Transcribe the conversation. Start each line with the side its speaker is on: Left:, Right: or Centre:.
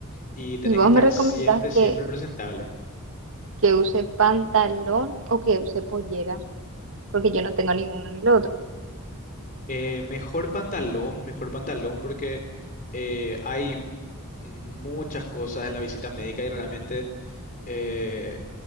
Left: y tenés
Right: ¿Y vos
Left: que estar
Right: me recomendás
Left: siempre,
Right: que,
Left: siempre presentable.
Right: que use pantalón o que use pollera? Porque yo no tengo ninguno ni lo otro.
Left: Eh, mejor pantalón, mejor pantalón porque eh, hay muchas cosas en la visita médica y realmente eh,